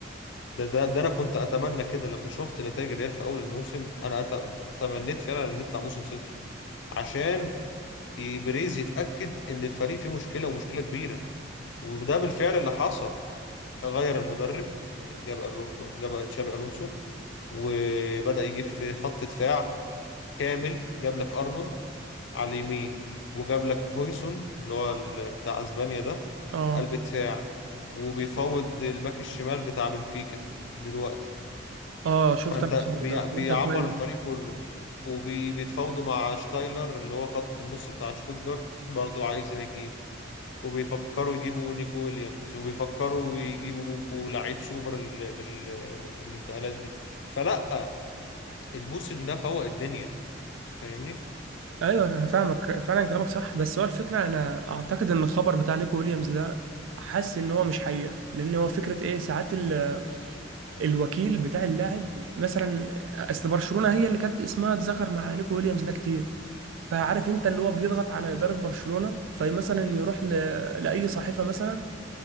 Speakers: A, on the left; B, on the right.
A: ده ده ده أنا كنت أتمنى كده لما شفت نتائج الريال في أول الموسم أنا أت- تمنيت فعلا إن نطلع موسم صفر عشان ي- بريز يتأكد إن الفريق فيه مشكلة ومشكلة كبيرة وده بالفعل اللي حصل غير المدرب جاب ألو- جاب تشابي الونسو وبدأ يجيب في خط دفاع كامل جاب لك ارنولد على اليمين وجاب لك هويسون اللي هو ال- بتاع اسبانيا ده
B: اه
A: قلب دفاع وبيفوض الباك الشمال بتاع بنفيكا دلوقتي
B: اه شفت
A: فانت
B: انا الخبر
A: بي-
B: ده الواد
A: بيعمر
B: ده كويس
A: الفريق كله وبيتفاوضوا مع شتايلر اللي هو خط النص بتاع شتوتجارت برضو عايز هيجيب وبيفكروا يجيبوا نيكو ويليامز وبيفكروا يجيبوا لعيب سوبر ال... ال... الانتقالات دي فلا الموسم ده فوق الدنيا فاهمني
B: ايوه انا فاهمك فعلا كلامك صح بس هو الفكره انا اعتقد ان الخبر بتاع نيكو ويليامز ده حاسس ان هو مش حقيقه لان هو فكره ايه ساعات ال... الوكيل بتاع اللاعب مثلا اصل برشلونه هي اللي كانت اسمها اتذكر مع نيكو ويليامز ده كتير فعارف انت اللي هو بيضغط على اداره برشلونه فمثلا يروح ل... لاي صحيفه مثلا